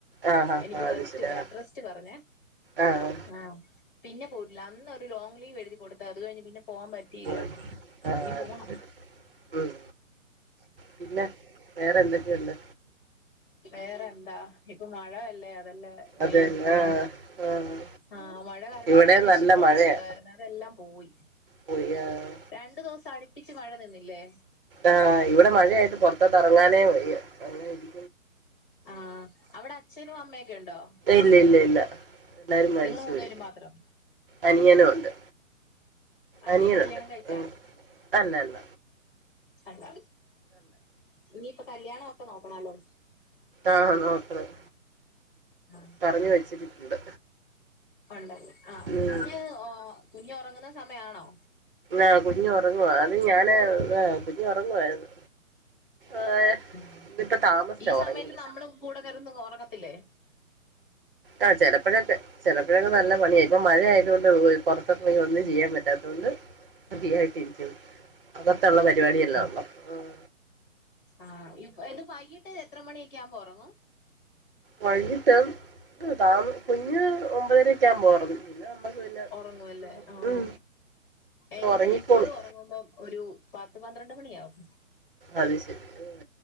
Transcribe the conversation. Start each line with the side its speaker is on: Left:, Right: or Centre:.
Right: ആഹ്
Left: എനിക്ക്
Right: ആഹ് അത്
Left: റെസ്റ്റ്
Right: ശരി
Left: ബെഡ്റെസ്റ്റ്
Right: ആഹ്
Left: പറഞ്ഞേ
Right: ആഹ്
Left: ആഹ്‌. പിന്നെ പോയിട്ടില്ല അന്ന് ഒരു ലോങ്ങ് ലീവെഴുതി കൊടുത്ത് അത് കഴിഞ്ഞ് പിന്നെ പോവാൻ പ റ്റിയില്ല
Right: പോയി ആഹ്
Left: ഇനി
Right: അത്
Left: പോണം.
Right: ശരി ഉം പിന്നെ വേറെ എന്തൊക്കെയുണ്ട്.
Left: വേറെന്താ ഇപ്പൊ മഴയല്ലേ അതല്ലേ
Right: അതന്നെ
Left: മെയിൻ.
Right: ആഹ് ആഹ്
Left: ആഹ് മഴ കാരണം
Right: ഇവിടെ
Left: ഒരു കൃഷിത്തോട്ടം
Right: നല്ല മഴയാ
Left: ഉണ്ടായിരുന്നെ അതെല്ലാം പോയി.
Right: പോയി ആഹ്‌.
Left: രണ്ടു ദിവസം അടുപ്പിച്ച് മഴനിന്നില്ലേ.
Right: ആഹ് ഇവിടെ മഴയായിട്ട് പൊറത്തോട്ടെറങ്ങാനേ വയ്യ അങ്ങനെ ഇരി
Left: ആഹ് അവിടെ അച്ഛനും അമ്മയൊക്കെണ്ടോ.
Right: ഇല്ല ഇല്ല ഇല്ല എല്ലാരും മരിച്ചുപോയി
Left: നിങ്ങള് മൂന്നേരും മാത്രം
Right: അനിയനും ഉണ്ട്
Left: ആണ്
Right: അനിയനുണ്ട്
Left: കല്യാണം കഴിച്ചാണോ
Right: ഉം അല്ലല്ല.
Left: അല്ല ഇനിയിപ്പം കല്ല്യാണൊക്കെ നോക്കണല്ലോ.
Right: ആഹ് നോക്കണം.
Left: ആ
Right: പറഞ്ഞു വെച്ചിട്ടുണ്ട്
Left: ഒണ്ടല്ലേ ആ
Right: ഉം
Left: പിന്നേ ആഹ്‌. കുഞ്ഞ് ഉറങ്ങുന്ന സമയാണോ.
Right: ആഹ് കുഞ്ഞു ഉറങ്ങുവാ അത് ഞാന് കുഞ്ഞ് ഉറങ്ങുവായിരുന്നു ആഹ്
Left: ഉം
Right: ഇതിപ്പോ താമസിച്ചാ
Left: ഈ സമയത്ത്
Right: ഉറങ്ങിയത്
Left: നമ്മളും കൂടെ കെടന്ന് ഉറങ്ങത്തില്ലേ
Right: ആഹ് ചിലപ്പഴൊക്കെ ചിലപ്പഴൊക്കെ നല്ല പണിയായിപ്പ മഴയാതുകൊണ്ട് പുറത്തിറണെങ്കിൽ ഒന്നും ചെയ്യാൻ പറ്റാത്തതുകൊണ്ട് ഫ്രീ ആയിട്ടിരിക്ക്‌ന്ന് അകത്തുള്ള പരിപാടി എല്ലാം ഉള്ളോ ഉം
Left: ആഹ് ഇ ഇത് വൈകിട്ട് എത്ര മണിയൊക്കെ ആമ്പോ ഉറങ്ങും
Right: വൈകിട്ട് താ കുഞ്ഞ് ഒമ്പതരൊക്ക ആവുമ്പോ ഉറങ്ങും പിന്നെ നമുക്ക് പിന്നെ
Left: ഉറങ്ങുവല്ലേ ആഹ്
Right: ഉം
Left: എന്റത്
Right: ഉറങ്ങിക്കോളും
Left: ഇപ്പളും ഉറങ്ങുമ്പം ഒരു പത്ത് പന്ത്രണ്ട് മണിയാവും
Right: അത് ശെരി